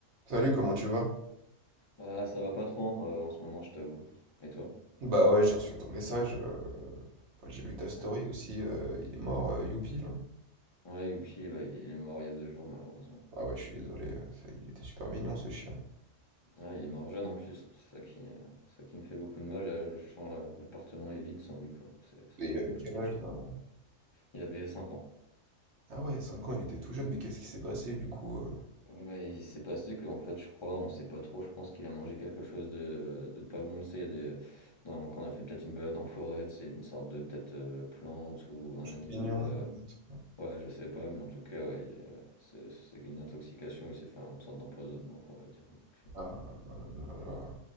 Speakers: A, on the right; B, on the left.
A: Salut, comment tu vas?
B: Ah, ça va pas trop hein, euh, en ce moment, je t'avoue. Et toi?
A: Bah ouais, j'ai reçu ton message. euh, enfin, j'ai vu ta story
B: Ouais,
A: aussi. euh, il est mort, euh, youpi, là.
B: Ouais, Youpi, bah, il est mort il y a deux jours, malheureusement.
A: Ah bah, je suis désolé. euh, c'est- Il était super mignon, ce chien.
B: Ah, il est mort jeune en plus, c'est ça qui, euh, c'est ça qui me fait beaucoup de mal. Là, je sens la- l'appartement est vide sans lui, quoi. C'est c'est
A: Et
B: un
A: il
B: peu
A: avait
B: compliqué,
A: quel âge,
B: je t'avoue.
A: là?
B: Il avait 5 ans.
A: Ah ouais, 5 ans, il était tout jeune, mais qu'est-ce qui s'est passé, du coup? euh,
B: Ouais, il s'est passé que, en fait, je crois, on sait pas trop, je pense qu'il a mangé quelque chose de, de pas bon. Tu sais, il y a des, dans- quand on a fait peut-être une balade en forêt, c'est une sorte de peut-être euh, plante ou
A: Un
B: un
A: champignon,
B: animal. euh,
A: peut-être?
B: Ouais, je sais pas, mais en tout cas, ouais, il est- c'est c'est une intoxication, il s'est fait une sorte d'empoisonnement, quoi, on va dire. Donc, euh,
A: Ah là là là là là là.